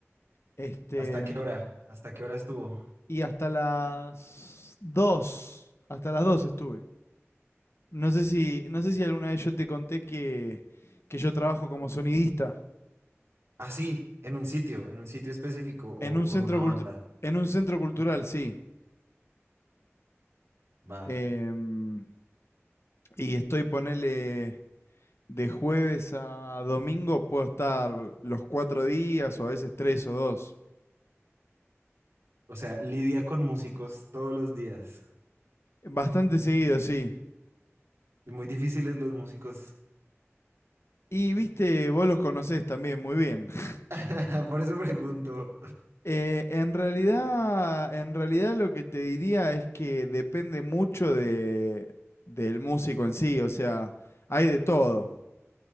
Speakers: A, on the left; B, on the right.
A: Este,
B: ¿Hasta qué hora? ¿Hasta qué hora estuvo?
A: y hasta las dos, hasta las dos estuve. No sé si, no sé si alguna vez yo te conté que, que yo trabajo como sonidista
B: Ah, sí, en un sitio, en un sitio específico o
A: en un
B: con
A: centro
B: una banda.
A: cultu- en un centro cultural, sí.
B: Va.
A: Em, Y estoy, ponele, de jueves a domingo, puedo estar los cuatro días o a veces tres o dos.
B: O sea, lidia con músicos todos los días.
A: Bastante seguido, sí.
B: Y Muy difíciles los músicos.
A: Y viste, vos los conocés también muy bien. <laughs>
B: <laughs> Por eso pregunto.
A: Eh, en realidad, en realidad lo que te diría es que depende mucho de, del músico en sí, o sea, hay de todo.